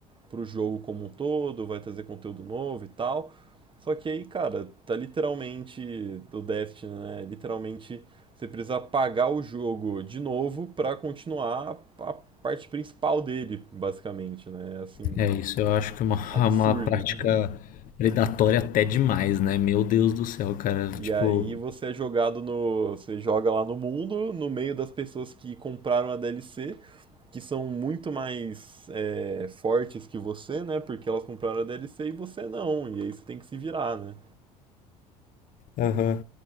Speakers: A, on the right; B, on the left.
A: para o jogo como um todo, vai trazer conteúdo novo e tal. Só que aí, cara, tá literalmente do Destiny, né? Literalmente você precisa pagar o jogo de novo para continuar a parte principal dele, basicamente, né? Assim,
B: É isso, eu acho que é uma, <laughs>
A: absurdo.
B: uma prática predatória até demais, né? Meu Deus do céu, cara.
A: E
B: Tipo,
A: aí você é jogado no, você joga lá no mundo, no meio das pessoas que compraram a DLC, que são muito mais é, fortes que você, né? Porque elas compraram a DLC e você não. E aí você tem que se virar, né?
B: Aham.